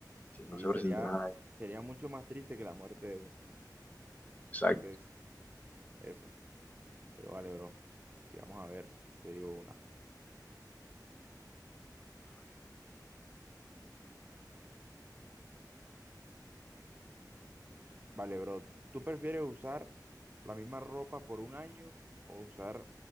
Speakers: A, on the left; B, on the right.
A: si
B: Sí,
A: no se
B: sería,
A: presenta nadie.
B: sería mucho más triste que la muerte de uno.
A: Exacto.
B: Entonces, eso. Pero vale, bro. Sí, vamos a ver. Te digo una. Vale, bro. ¿Tú prefieres usar la misma ropa por un año o usar...